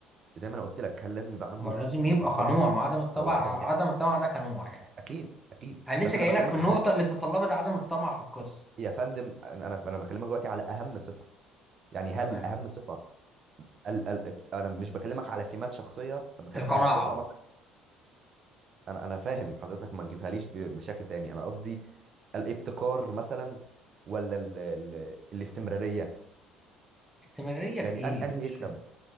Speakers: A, on the right; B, in the centre.
A: زي ما انا قلت لك هل لازم يبقى عنده
B: ما هو لازم
A: م-
B: يبقى
A: مثابره
B: قنوع ما عدم الطمع
A: او عدم يأس
B: عدم الطمع ده قنوع يعني
A: اكيد اكيد
B: انا
A: بس
B: لسه
A: انا
B: جاي
A: بكلمك
B: لك في النقطة
A: على
B: اللي تطلبت عدم الطمع في القصة
A: يا فندم انا انا أنا بكلمك دلوقتي على اهم صفه يعني هل
B: تمام
A: اهم صفه ال... ال... انا مش بكلمك على سمات شخصيه بكلمك
B: القناعة
A: على صفه انا انا فاهم حضرتك ما تجيبهاليش ب- بشكل تاني انا قصدي الابتكار مثلا ولا ال ال الاستمراريه
B: استمرارية في
A: يعني
B: ايه
A: أن انهي
B: مش
A: يكسب
B: فاهم